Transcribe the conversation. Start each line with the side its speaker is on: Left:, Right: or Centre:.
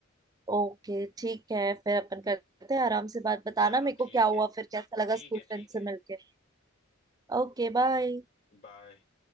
Right: ओके ठीक है फिर अपन करते हैं आराम से बात बताना
Left: चलो
Right: मेरे को
Left: ठीक
Right: क्या हुआ
Left: है
Right: फिर कैसा लगा
Left: ठीक
Right: स्कूल
Left: है
Right: फ्रेंड
Left: ठीक
Right: से
Left: है
Right: मिलके Okay bye
Left: Bye.